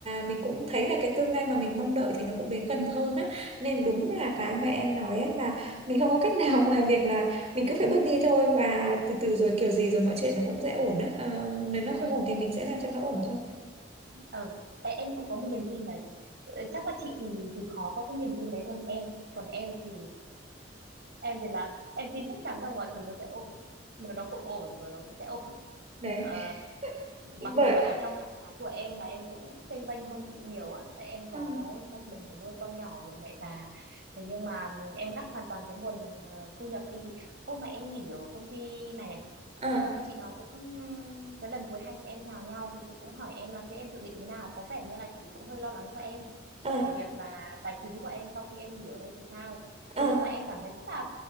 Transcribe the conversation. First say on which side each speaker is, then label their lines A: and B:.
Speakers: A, on the right; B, on the right.
A: mình
B: ừ
A: cũng thấy là cái tương lai mà mình mong đợi thì nó cũng đến gần hơn á nên đúng là
B: ừ
A: cái mà em nói á là mình không có cách nào <laughs> ngoài việc là mình cứ phải bước đi thôi và từ từ rồi kiểu gì rồi mọi chuyện nó cũng sẽ ổn á Ờ, nếu nó không
B: ừ
A: ổn thì mình sẽ làm cho nó ổn thôi
B: ờ Ê, em cũng có một niềm tin đấy Ờ, chắc là chị thì thì khó có cái niềm tin đấy hơn em còn em thì em thì là em tin chắc chắn rằng mọi thứ nó sẽ ổn nếu nó không ổn rồi nó cũng sẽ ổn
A: đấy
B: Ờ,
A: bởi
B: mặc dù là ở trong trạng thái của em là em cũng chênh vênh hơn chị nhiều á tại em có
A: ừ.
B: một mình phải nuôi con nhỏ rồi mẹ già thế nhưng mà em ngắt hoàn toàn cái nguồn ờ, thu nhập đi thì hôm mà em nghỉ ở công ty này này
A: Ờ.
B: ờ, cái chị đó cũng cái lần cuối hai chị em chào nhau thì chị cũng hỏi em là thế em dự định thế nào có vẻ như là chị cũng hơi lo lắng cho em
A: ờ
B: về việc là tài chính của em sau khi em nghỉ ở đây thì sao
A: ờ
B: thế nhưng mà em cảm thấy rất là